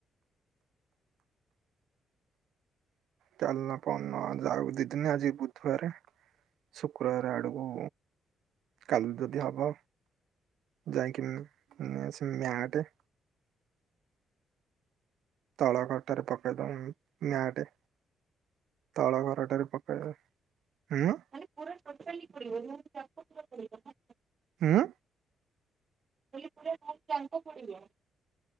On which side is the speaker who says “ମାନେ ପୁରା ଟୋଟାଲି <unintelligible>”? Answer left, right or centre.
Right